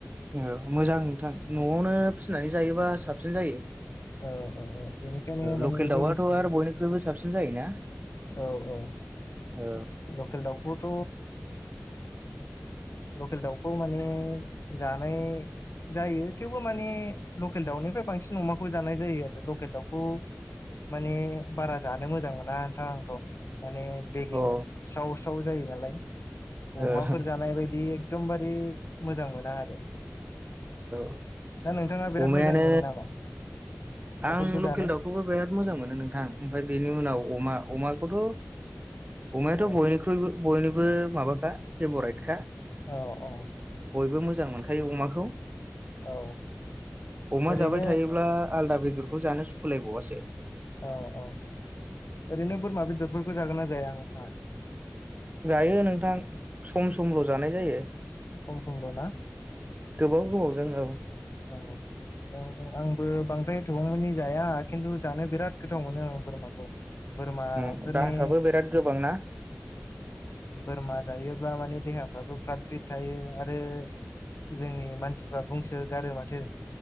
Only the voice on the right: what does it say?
औ मोजां नोंथां न'आवनो फिनानै जायोबा साबसिन जायो
लकेल दाउआथ'
आरो बयनिख्रुइबो साबसिन जायोना
औ
औ
औ
औ
अमायानो
आं
लकेल दाउखौबो बिराद मोजां मोनो नोंथां ओमफ्राय बेनि उनाव अमा अमाखौथ' अमायाथ'
बयनिख्रुइबो बयनिबो माबाखा फेभराइटखा
बयबो मोजां मोनखायो अमाखौ
अमा
जाबाय थायोब्ला आलदा बेदरखौ जानो सुखुलायबावासो
जायो नोंथां सम समल' जानाय जायो।
गोबाव गोबावजों औ
उम दामफ्राबो बिराद गोबांना